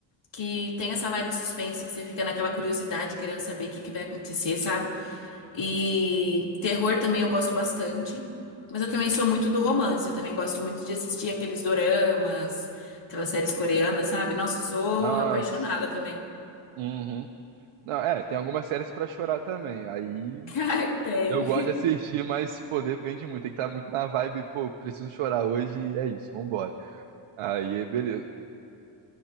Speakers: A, on the left; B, on the right.
A: que tem essa vibe de suspense, que você fica naquela curiosidade, querendo saber o que que vai acontecer, sabe? E terror também eu gosto bastante. Mas eu também sou muito do romance, eu também gosto muito de assistir aqueles doramas, aquelas séries coreanas, sabe? Nossa, eu sou
B: Nossa.
A: apaixonada também.
B: Uhum. Não, é, tem algumas séries pra chorar também. Aí
A: <laughs> Cara, tem.
B: eu gosto de assistir, mas, pô, depende muito. Tem que estar muito na vibe, pô, preciso chorar hoje e é isso, vambora. Aí, beleza.